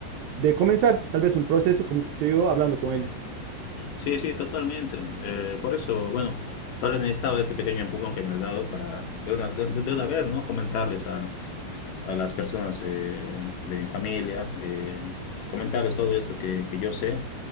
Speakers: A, on the right; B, on the left.
A: de comenzar tal vez un proceso, como te digo, hablando con ella.
B: Sí, sí, totalmente. Eh, por eso, bueno, tal vez necesitaba este pequeño empujón que me has dado para de una, de, de una vez, ¿no? Comentarles a, a las personas eh, de mi familia, eh, comentarles todo esto que, que yo sé